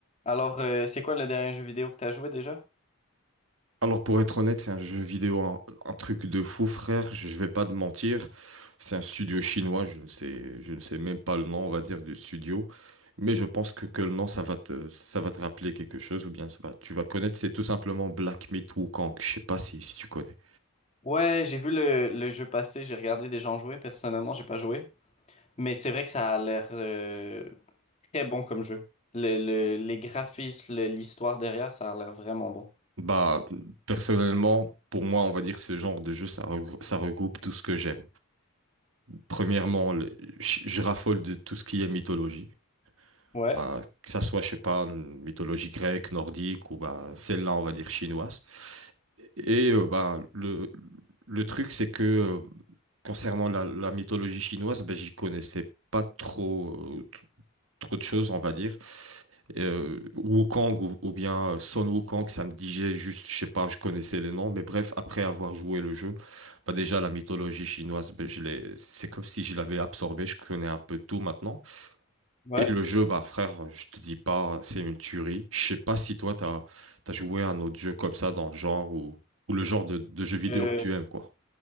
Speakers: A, on the left (about 30°); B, on the right (about 65°).
A: Alors, euh, c'est quoi le dernier jeu vidéo que t'as joué déjà?
B: Alors pour être honnête, c'est un jeu vidéo, un, un truc de fou, frère. Je, je vais pas te mentir. C'est un studio chinois. Je ne sais, je ne sais même pas le nom, on va dire, du studio. Mais je pense que, que le nom, ça va te, ça va te rappeler quelque chose ou bien ça va- tu vas connaître. C'est tout simplement Black Myth Wukong. Je sais pas si, si tu connais.
A: Ouais, j'ai vu le, le jeu passer, j'ai regardé des gens jouer. Personnellement, j'ai pas joué. Mais c'est vrai que ça a l'air euh, très bon comme jeu. Le, le- les graphismes, le- l'histoire derrière, ça a l'air vraiment bon.
B: Bah, personnellement, pour moi, on va dire ce genre de jeu, ça regrou- ça regroupe tout ce que j'aime. Premièrement, le- je je raffole de tout ce qui est mythologie.
A: Ouais,
B: bah, que ça soit, je sais pas, une mythologie grecque, nordique ou bah, celle-là, on va dire chinoise. Et euh, bah, le, le truc, c'est que euh, concernant la, la mythologie chinoise, ben, j'y connaissais pas trop, euh, t- trop de choses, on va dire. Euh, Wukong ou, ou bien euh, Sun Wukong, ça me disait juste, je sais pas, je connaissais les noms, mais bref, après avoir joué le jeu, bah déjà la mythologie chinoise, ben, je l'ai, c'est comme si je l'avais absorbée, je connais un peu tout maintenant.
A: ouais.
B: Et le jeu, bah frère, je te dis pas, c'est une tuerie. Je sais pas si toi, t'as, t'as joué à un autre jeu comme ça dans le genre ou, ou le genre de, de jeu vidéo
A: Euh,
B: que tu aimes, quoi.